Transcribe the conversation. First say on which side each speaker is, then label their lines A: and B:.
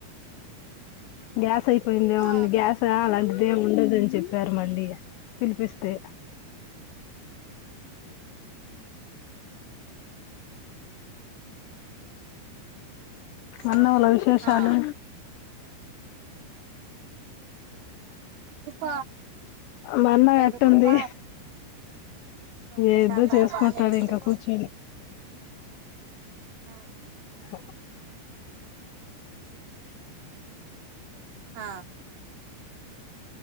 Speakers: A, on the left (about 80°); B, on the right (about 70°).
A: గ్యాస్ అయిపోయింది ఏమన్నా
B: ఆ
A: గ్యాస అలాంటిది ఏమి ఉండదని చెప్పారు మల్లి ఇగ పిలిపిస్తే అన్నవల
B: ఆ
A: విశేషాలు
B: ఆ కుప్ప
A: మన్నకట్టుంది
B: లేదు కుప్ప ప్రశాంతంగా
A: ఏదో చేసుకుంటాడు
B: బానే ఉంది
A: ఇంకా కూర్చొని
B: ఆ
A: హ
B: ఆ అ